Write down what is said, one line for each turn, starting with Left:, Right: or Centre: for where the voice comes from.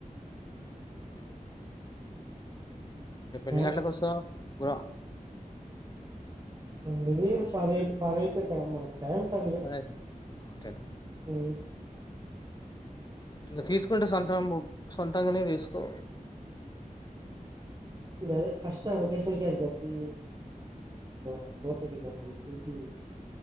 Left: ఉమ్. రేపు ఎన్ని
Right: అదే
Left: గంటలకు వస్తావు బ్రో
Right: తోమీదీ పది పదయితే టైమ్ మనకి టైం పది
Left: అంటే అంతేనా
Right: ఉ
Left: ఇంకా తీసుకుంటే సొంత సొంతంగానే తీసుకో
Right: అదే ఫస్ట్ ఆ రొటేషన్ కజ్ కొట్టి నాకు పోతాదికా ఉహు